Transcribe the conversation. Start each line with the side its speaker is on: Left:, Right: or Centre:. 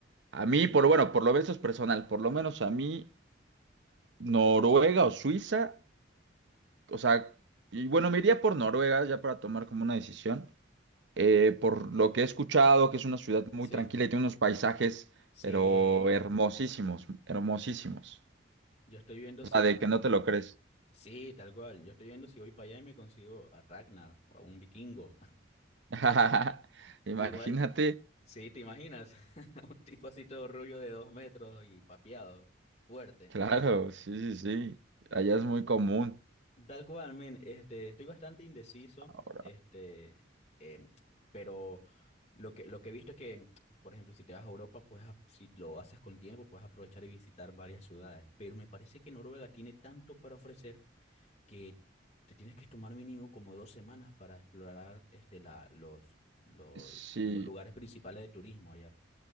Right: a mí, por bueno, por lo menos es personal, por lo menos a mí. Noruega o Suiza O sea, y bueno, me iría por Noruega ya para tomar como una decisión. Eh, por lo que he escuchado, que es una ciudad muy
Left: Sí,
Right: tranquila y tiene unos paisajes,
Left: sí.
Right: pero hermosísimos, hermosísimos.
Left: Yo estoy viendo
Right: O
Left: si
Right: sea, de
Left: con...
Right: que no te lo crees.
Left: Sí, tal cual. Yo estoy viendo si voy para allá y me consigo a Ragnar o a un vikingo.
Right: <laughs>
Left: <laughs>
Right: Imagínate,
Left: Igual, sí, ¿te imaginas? <laughs> Un tipo así todo rubio de dos metros y papeado, fuerte.
Right: claro,
Left: No, men.
Right: sí, sí, sí. Allá es muy común.
Left: Tal cual, men, este, estoy bastante indeciso,
Right: Ahora,
Left: este, em, pero lo que, lo que he visto es que, por ejemplo, si te vas a Europa, pues a- si lo haces con tiempo, puedes aprovechar y visitar varias ciudades, pero me parece que Noruega tiene tanto para ofrecer que te tienes que tomar mínimo como dos semanas para explorar este, la, los, lo-
Right: sí.
Left: los lugares principales de turismo allá.